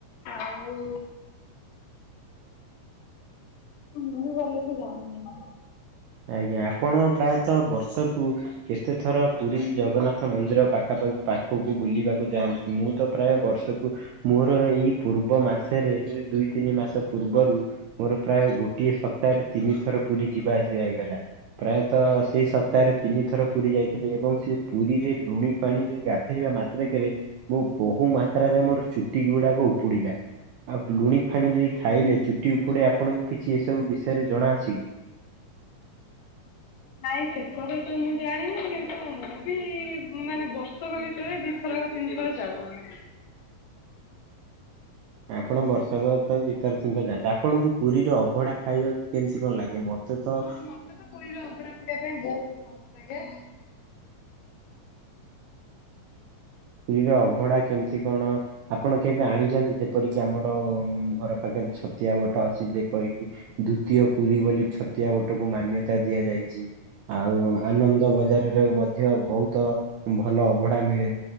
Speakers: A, on the left; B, on the right.
A: ଆଉ ମୁଁ ଭଲସେ ଜାଣିନି।
B: ଆଜ୍ଞା ଆପଣ ପ୍ରାୟତଃ ବର୍ଷକୁ କେତେ ଥର ପୁରୀ ଜଗନ୍ନାଥ ମନ୍ଦିର ପାଖା ପାଖି ପାଖକୁ ବୁଲିବାକୁ ଯାଆନ୍ତି? ମୁଁ ତ ପ୍ରାୟ ବର୍ଷକୁ ମୋର ଏଇ ପୂର୍ବ ମାସରେ ଦୁଇ ତିନି ମାସ ପୂର୍ବରୁ ମୋର ପ୍ରାୟ ଗୋଟିଏ ସପ୍ତାହରେ ତିନି ଥର ପୁରୀ ଯିବା ଆସି ହେଇଗଲା ପ୍ରାୟତଃ ସେଇ ସପ୍ତାହରେ ତିନି ଥର ପୁରୀ ଯାଇଥିଲି ଏବଂ ସେ ପୁରୀରେ ଲୁଣି ପାଣିରେ ଗାଧୋଇବା ମାତ୍ରେକେ ରେ ମୁଁ ବୋହୁ ମାତ୍ରାରେ ମୋର ଚୁଟି ଗୁଡ଼ାକ ଉପୁଡିଲା। ଆଉ ଲୁଣି ଫାଣି ଯେ ଖାଇଲେ ଚୁଟି ଉପୁଡେ ଆପଣଙ୍କୁ କିଛି ଏସବୁ ବିଷୟରେ ଜଣା ଅଛି କି?
A: ନାଇଁ ସେ କଥା ତ ମୁଁ ଜାଣିନି। କିନ୍ତୁ ମୁଁ ବି ମାନେ ବର୍ଷକ ଭିତରେ ଦୁଇଥର ତିନି ଥର ଯାଉ ଆମେ।
B: ଆପଣ ବର୍ଷାକ ଦି ଥର ତିନି ଥର ଯାଆନ୍ତି। ଆପଣଙ୍କୁ ପୁରୀରେ ଅବଢ଼ା ଖାଇବାକୁ କେମିତି କଣ ଲାଗେ? ମତେ
A: ହଁ
B: ତ
A: ମତେ ତ ପୁରୀର <unintelligible> ପାଇଁ ବହୁତ ଭଲ ଲାଗେ।
B: ପୁରୀର ଅବଢ଼ା କେମିତି କଣ ଆପଣ କେବେ ଆଣିଛନ୍ତି? ଯେପରିକି ଆମର ଘର ପାଖରେ ଛତିଆ ବଟ ଅଛି। ଯେପରିକି ଦ୍ଵିତୀୟ ପୁରୀ ବୋଲି ଛତିଆ ବଟକୁ ମାନ୍ୟତା ଦିଆଯାଇଛି। ଆଉ ଆନନ୍ଦ ବଜାରରେ ମଧ୍ୟ ବହୁତ ଭଲ ଅବଢ଼ା ମିଳେ।